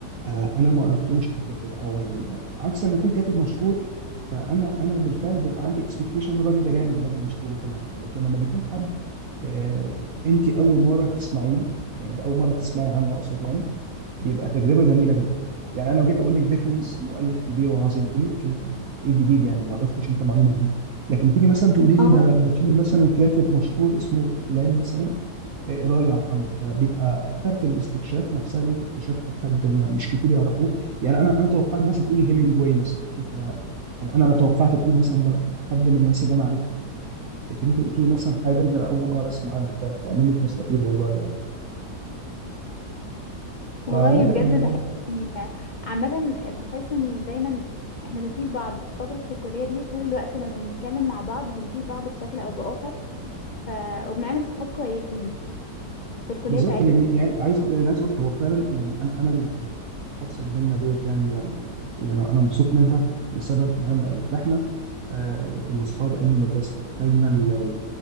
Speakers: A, on the right; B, on the left.
A: آه انا ما قريتلوش قبل كده او يعني آه، عكس ما يكون كاتب مشهور فانا انا بالفعل بيبقى عندي اكسبكتيشن الراجل ده جامد وراجل مشهور وكل حاجه لكن لما بيكون حد آه انت اول مره تسمعي له يعني ده اول مره تسمعي عنه اقصد يعني بيبقى تجربه جميله جدا يعني انا لو جيت اقول لك ديكنز مؤلف كبير وعظيم تقولي اوكي طب يعني ايه الجديد يعني ما ضفتش انت معلومه جديده لكن تيجي مثلا تقولي
B: اه
A: لي ده ده في مثلا كاتب مشهور اسمه فلان مثلا إيه، اقرا له يا محمد فبيبقى بتاعه الاستكشاف نفسها اللي انت اكتشفتي حد ما مش كتير يعرفوه يعني انا انا توقعت مثلا تقولي هيمنجواي مثلا قلت آه، انا توقعت تقولي مثلا ده حد من الناس اللي انا عارفهم لكن انت قلت لي مثلا حاجه جديدة انا اول مره اسمع عنها فعلا فمنك نستفيد والله يعني
B: والله
A: فلا
B: بجد
A: لا يعني
B: بحس إني- عامة بحس ان دايما احنا بنفيد بعض في فترة الكلية دي طول الوقت لما بنتكلم مع بعض بنفيد بعض بشكل او بآخر ف... وبنعمل صحاب كويسين في الكلية
A: بالظبط
B: بتاعتنا
A: لان يعني عايز أقول- لان عايز اقول لك هو فعلا يعني انا انا ال- ال- الحادثه اللي بيننا ديت يعني يعني يعني انا مبسوط منها لسبب مهم قوي ان احنا آه كنا اصحاب ايام المدرسه دخلنا ال- ال-